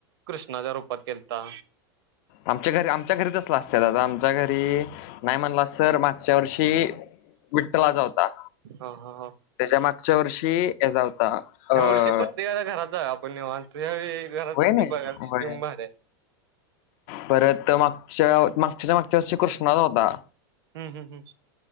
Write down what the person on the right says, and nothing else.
कृष्णाच्या रूपात केलता.
हा हा हा
ह्या
वर्षी प्रत्येकाच्या घरात आपण निवांत यावेळी घरात
ते बघायला
स्कीम
भारी आहे.
हम्म हम्म हम्म